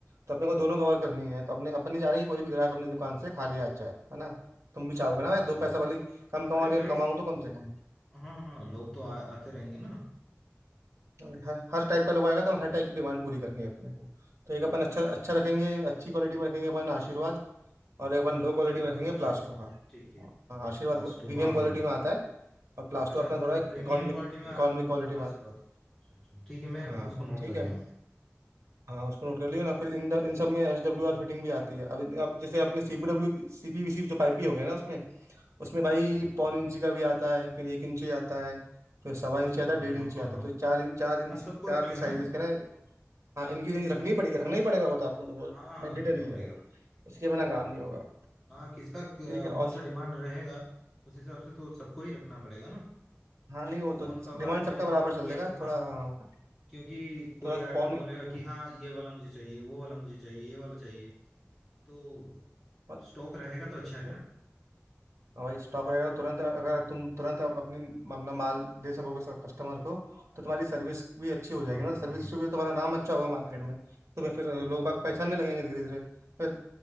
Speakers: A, on the right (about 70°); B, in the centre.
A: तो अपने को दोनों कवर करनी है तो अपने अपन नहीं चाह रहे कि कोई भी ग्राहक अपनी दुकान से खाली आ जाए है ना तुम भी चाहोगे
B: हाँ
A: ना भाई
B: हाँ
A: दो पैसा
B: जरूर
A: भले ही कम कमाओ
B: अरे
A: लेकिन
B: भाई
A: कमाऊँ तो कम से कम
B: हाँ हाँ लोग तो आ, आते रहेंगे ना
A: और हर हर टाइप का लोग आएगा तो हर टाइप की डिमांड पूरी करनी है अपने को तो एक अपन अच्छा अच्छा रखेंगे अच्छी क्वालिटी में रखेंगे अपन आशीर्वाद और एक अपन लो क्वालिटी
B: आशीर्वाद
A: में रखेंगे
B: अच्छा
A: प्लास्टो का हाँ,
B: ठीक है
A: आशीर्वाद
B: लास्ट तो
A: प्रीमियम
B: हाँ
A: क्वालिटी
B: हाँ
A: में आता है और प्लास्टो
B: अच्छा
A: अपना थोड़ा
B: आप
A: इकोनॉमिक
B: प्रीमियम क्वालिटी में आ-
A: इकोनॉमिक क्वालिटी
B: हाँ
A: में
B: आशीर्वाद
A: आता
B: अच्छा अच्छा ठीक है मैं
A: है हाँ
B: उसको नोट
A: ठीक
B: कर लिया
A: है
B: हूँ
A: हाँ उसको नोट कर लियो ना फिर इन द, इन सब में एच डब्ल्यू आर फिटिंग भी आती है अब अब जैसे अपने C P W C P V C जो पाइप भी हो गया ना उसमें उसमें भाई पौन इंची का भी आता है फिर एक इंची आता है फिर सवा
B: अच्छा
A: इंची आता है डेढ़
B: हाँ
A: इंची
B: हाँ
A: आता
B: हाँ
A: है तो चार इंच चार इंच
B: हाँ सबको
A: चार
B: रख लेंगे
A: जो साइजेस
B: ना
A: के ना हाँ इनकी रेंज रखनी ही पड़ेगी रखना ही पड़ेगा वो तो आपको
B: हाँ हाँ
A: मैंडेटरी
B: रखना पड़ेगा
A: है वो उसके बिना काम नहीं होगा
B: हाँ किसका क-
A: ठीक है और
B: कौन सा डिमांड रहेगा उस हिसाब से तो सबको ही रखना पड़ेगा ना
A: हाँ नहीं वो तो
B: कौन कब
A: डिमांड
B: आ जाए
A: सबका
B: ये
A: बराबर चल
B: ये
A: देगा
B: हाँ
A: थोड़ा हाँ,
B: क्योंकि कोई
A: थोड़ा
B: आके
A: पौने
B: बोलेगा
A: हम्म,
B: कि हाँ ये वाला मुझे चाहिए वो वाला मुझे चाहिए ये वाला चाहिए तो
A: मत-
B: स्टॉक रहेगा तो अच्छा रहेगा
A: मत- हाँ भाई स्टॉक रहेगा तो तुरंत अगर तुम तुरंत आप अपनी अपना माल दे सकोगे कस्टमर को तो तुम्हारी सर्विस भी अच्छी हो
B: हाँ
A: जाएगी ना
B: हाँ
A: तो सर्विस
B: भाई
A: अच्छी होगी तो तुम्हारा नाम अच्छा होगा मार्केट में तो भाई फिर लोग बाग पहचानने लगेंगे धीरे धीरे फिर